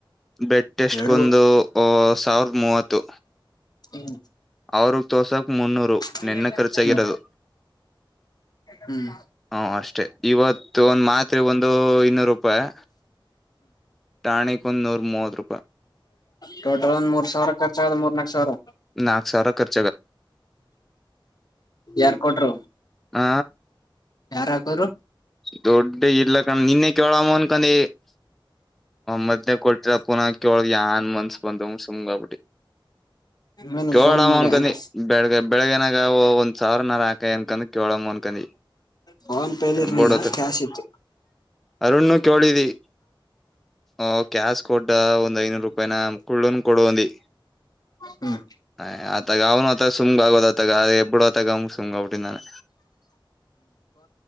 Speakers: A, in the centre; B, on the left.
A: ಬ್ಲಡ್ ಟೆಸ್ಟ್ಗ
B: ಎರಡು
A: ಒಂದು ಸಾವಿರದ ಮೂವತ್ತು
B: ಹ್ಮ್
A: ಅವ್ರು ತೋರ್ಸಾಕ್ ಮುನ್ನೂರು
B: ಹ್ಮ್
A: ನೆನ್ನೆ ಖರ್ಚಾಗಿರೋದು
B: ಹ್ಮ್
A: ಹಾ ಅಷ್ಟೇ ಇವತ್ತು ಒಂದು ಮಾತ್ರೆಗೆ ಒಂದು ಇನ್ನೂರು ರೂಪಾಯಿ ಟಾನಿಕ್ ಒಂದು ನೂರಮುವತ್ತು
B: ಟೊಟೊ ಒಂದು ಮೂರು ಸಾವಿರ ಖರ್ಚಾದು ಮೂರು ನಾಲ್ಕು ಸಾವಿರ
A: ನಾಲ್ಕಸಾವಿರ ಖರ್ಚ
B: ಯಾರ್ ಕೊಟ್ರು
A: ಹ
B: ಯಾರ ಹಾಕುದ್ರೂ
A: ದುಡ್ಡು ಇಲ್ಲ ಕಣ್ ನಿನ್ನೆ ಕೇಳಮ ಅನ್ಕೊಂಡೀ ಮತ್ಯಾ ಕೇಳ್ತಾವ್ ಪುಣಕಿ ಕೇಳಿದ್ವಿ ಯಾರ್ ಮನ್ಸ ಸುಮ್ನಾಗ್ಬಿಟ್ವಿ
B: ಹ್ಮ
A: ಕೇಳೋ
B: ಫೋನ್ ಮಾಡಿ
A: ಅನ್ಕೊಂಡಿವಿ
B: ಅಂದ್ರ
A: ಬೆಳ್ ಬೆಳಗ್ಗೆನೇ ಒಂದು ಸಾವಿರ ಹಾಕಯ್ಯ ಕೇಳಂ ಅನ್ಕೊಂಡ್ವಿ
B: ಫೋನ್ ಪೇಲಿ ಇರ್ನಿಲ್ಲ
A: ಬಿಡು ಅಥಗ
B: ಕ್ಯಾಶ್ ಇತ್ತು
A: ಅರುಣ ಕೇಳಿದ್ವಿ ಹಾ ಕ್ಯಾಶ್ ಕೊಡ ಒಂದು ಐದುನೂರು ರೂಪಾಯಿನಾ ಕುಳ್ಳನ ಕೊಡಂದೀ
B: ಹ್ಮ್
A: ಹಾ ಅಥಗ ಅವ್ನು ಅಥಗ ಸುಮ್ಗಾಗೋದಾ ಅಥಗ ಬಿಡು ಅಥಗ ಸುಮ್ನ ಆಗ್ಬಿಟ್ಟೆ ನಾನು